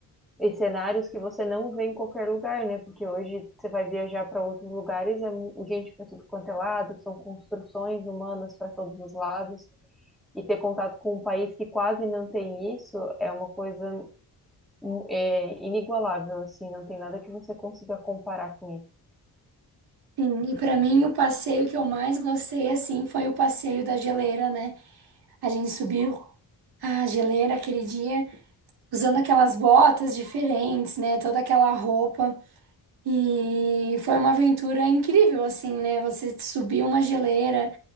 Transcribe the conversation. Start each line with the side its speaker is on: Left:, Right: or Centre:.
Centre: e cenários que você não vê em qualquer lugar, né? Porque hoje você vai viajar para outros lugares, é mu- gente para tudo quanto é lado, são construções humanas para todos os lados, e ter contato com um país que quase não tem isso é uma coisa hum, é, inigualável, assim, não tem nada que você consiga comparar com isso.
Right: Sim, e pra mim o passeio que eu mais gostei, assim, foi o passeio da geleira, né? A gente subiu Ah, geleira aquele dia, usando aquelas botas diferentes, né? Toda aquela roupa. E foi uma aventura incrível, assim, né? Você subir uma geleira,